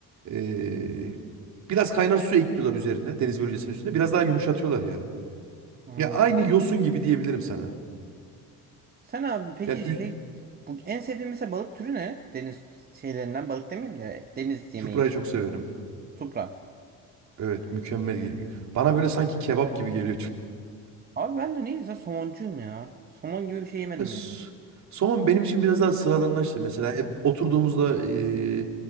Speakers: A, on the right; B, on the right.
A: Ee, biraz kaynar su ekliyorlar üzerine deniz bölgesinin üstüne. Biraz daha yumuşatıyorlar yani.
B: Anladım.
A: Ya aynı yosun gibi diyebilirim sana.
B: Sen abi peki
A: Yani ü-
B: şey bu en sevdiğin mesela balık türü ne? Deniz şeylerinden balık demeyeyim de deniz yemeği.
A: çuprayı çok severim.
B: Supra.
A: Evet mükemmel geliyor. Bana böyle sanki kebap gibi geliyor
B: Abi ben de neyse somoncuyum ya. Somon gibi bir şey yemedim
A: Ya s-
B: yani.
A: somon benim için biraz daha sıradanlaştı. Mesela hep oturduğumuzda e,